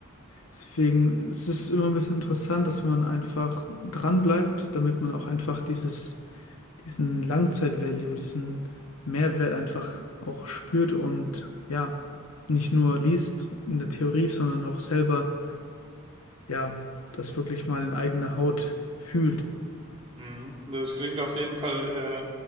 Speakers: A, on the left; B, on the right.
A: deswegen ist es immer ein bisschen interessant, dass man einfach dran bleibt, damit man auch einfach dieses diesen Langzeit-Value, diesen Mehrwert einfach auch spürt und ja, nicht nur liest in der Theorie, sondern auch selber, ja, das wirklich mal in eigener Haut fühlt.
B: Mhm. Das klingt auf jeden Fall äh,